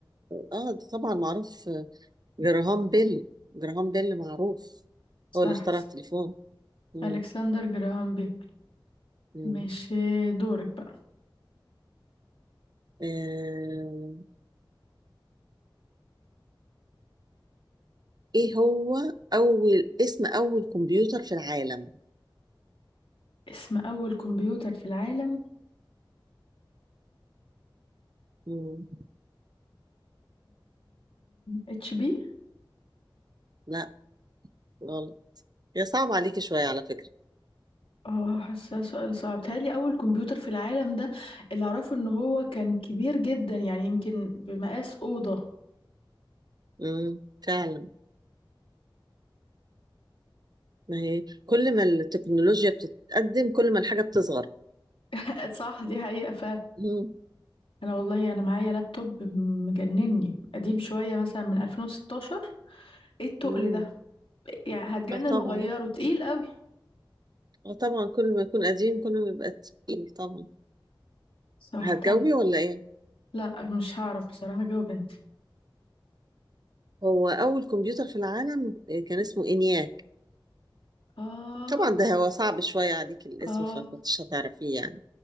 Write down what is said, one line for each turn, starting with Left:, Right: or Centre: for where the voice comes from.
Right: اه ده طبعا معروف جراهام بيل جراهام بيل معروف
Left: صح
Right: هو اللي اخترع
Left: صح.
Right: التليفون مم.
Left: الكسندر جراهام بيل
Right: مم.
Left: ماشي دورك بقى
Right: آه. ايه هو اول اسم اول كمبيوتر في العالم
Left: اسم اول كمبيوتر في العالم
Right: مم.
Left: اتش بي
Right: لا غلط هي صعب عليكي شوية على فكرة
Left: اه حاساه سؤال صعب تهيألي أول كمبيوتر في العالم ده اللي أعرفه إن هو كان كبير جدا يعني يمكن بمقاس أوضة
Right: مم. فعلا ما هي كل ما التكنولوجيا بتتقدم كل ما الحاجة بتصغر
Left: <laughs> صح دي حقيقة فعلا
Right: مم.
Left: أنا والله أنا معايا لابتوب مجنني قديم شوية مثلا من 2016 إيه التقل
Right: مم.
Left: ده يعني هتجنن
Right: اه طبعا
Left: وأغيره تقيل قوي
Right: اه طبعا كل ما يكون قديم كل ما يبقى تقيل طبعا
Left: صح
Right: هتجاوبي
Left: طب
Right: ولا ايه
Left: لا مش هعرف بصراحة أجاوب أنت
Right: هو اول كمبيوتر في العالم كان اسمه انياك
Left: آه
Right: طبعا ده هو صعب شويه عليك الاسم
Left: آه
Right: فكنتش هتعرفيه يعني